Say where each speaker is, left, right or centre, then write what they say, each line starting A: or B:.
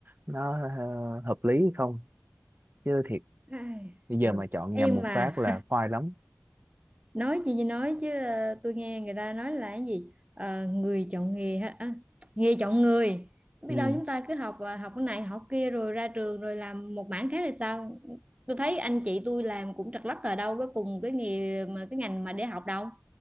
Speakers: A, on the right (about 45°); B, on the right (about 30°).
A: nó ờ, hợp lý hay không chứ thiệt
B: Ai,
A: bây giờ
B: ừ
A: mà chọn
B: em
A: nhầm một
B: mà
A: phát là khoai lắm
B: nói gì thì nói chứ ờ, tôi nghe người ta nói là cái gì Ờ, người chọn nghề ha à, nghề chọn người
A: ừ.
B: biết đâu chúng ta cứ học à, học cái này học kia rồi ra trường rồi làm một mảng khác là sao tôi thấy anh chị tôi làm cũng trật lất ở đâu có cùng cái nghề mà cái ngành mà để học đâu